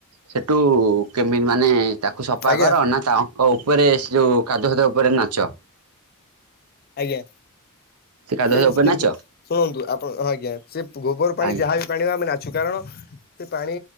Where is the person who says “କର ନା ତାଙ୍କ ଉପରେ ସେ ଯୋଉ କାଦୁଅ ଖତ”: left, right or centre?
Right